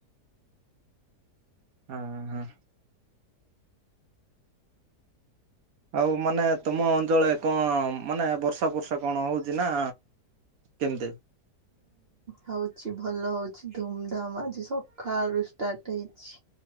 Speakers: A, on the right; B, on the right.
A: ହଁ ହଁ। ଆଉ ମାନେ ତମ ଅଞ୍ଚଳରେ କଣ ମାନେ ବର୍ଷା ବର୍ଷା କଣ ହଉଛି ନା? କେମିତି। ହ
B: ହଉଚ ଭଲ ହଉଛି ଧୁମଧାମ ଆଜି ସକାଳୁ ଷ୍ଟାର୍ଟ ହେଇଛି।